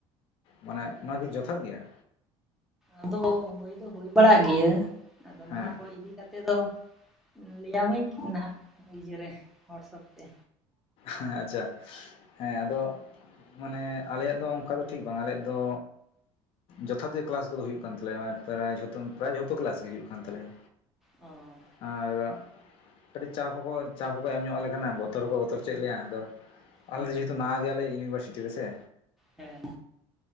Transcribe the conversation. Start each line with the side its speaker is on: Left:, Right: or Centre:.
Left: ᱢᱟᱱᱮ ᱱᱚᱣᱟ ᱠᱤ ᱡᱚᱛᱷᱟᱛ ᱜᱮᱭᱟ
Centre: ᱟᱫᱚ ᱦᱩᱭ ᱫᱚ ᱦᱩᱭ ᱵᱟᱲᱟᱜ ᱜᱮᱭᱟ ᱟᱫᱚ ᱱᱚᱣᱟ
Left: ᱦᱮᱸ
Centre: ᱠᱚ ᱤᱫᱤᱼᱼ ᱡᱟᱛᱮ ᱫᱚ ᱞᱟᱹᱭ ᱟᱢᱟᱹᱧ ᱱᱟᱦᱟᱜ ᱤᱭᱟᱹᱨᱮ ᱦᱳᱣᱟᱴᱥᱚᱯ ᱛᱮ
Left: ᱦᱮᱸ ᱟᱪᱪᱷᱟ ᱦᱮᱸ ᱟᱫᱚᱼᱼ ᱢᱟᱱᱮ ᱟᱞᱮᱭᱟᱜ ᱫᱚ ᱚᱱᱠᱟ ᱫᱚ ᱴᱷᱤᱠ ᱵᱟᱝ ᱟᱞᱮᱭᱟᱜ ᱫᱚ ᱡᱚᱛᱷᱟᱛ ᱜᱮ ᱠᱞᱟᱥ ᱠᱚᱫᱚ ᱦᱩᱭᱩᱜ ᱠᱟᱱ ᱛᱟᱞᱮᱭᱟ ᱢᱟᱱᱮ ᱯᱨᱟᱭ ᱡᱚᱛᱚ ᱯᱨᱟᱭ ᱡᱷᱚᱛᱚ ᱠᱞᱟᱥ ᱜᱮ ᱦᱩᱭᱩᱜ ᱠᱟᱱ ᱛᱟᱞᱮᱭᱟ
Centre: ᱚ
Left: ᱟᱨᱼᱼ ᱠᱟᱹᱴᱤᱡ ᱪᱟᱯ ᱦᱚᱸᱠᱚ ᱪᱟᱯ ᱦᱚᱸᱠᱚ ᱮᱢ ᱧᱚᱜ ᱟᱞᱮ ᱠᱟᱱᱟ ᱵᱚᱛᱚᱨ ᱦᱚᱸᱠᱚ ᱵᱚᱛᱚᱨ ᱦᱚᱪᱚᱭᱮᱫ ᱞᱮᱭᱟ ᱟᱫᱚ
Centre: ᱦᱩᱸ
Left: ᱟᱞᱮ ᱫᱚ ᱡᱮᱦᱮᱛᱩ ᱱᱟᱣᱟ ᱜᱮᱭᱟᱞᱮ ᱤᱭᱩᱱᱤᱵᱷᱟᱨᱥᱤᱴᱤ ᱨᱮᱥᱮᱼᱼ
Centre: ᱦᱮᱸ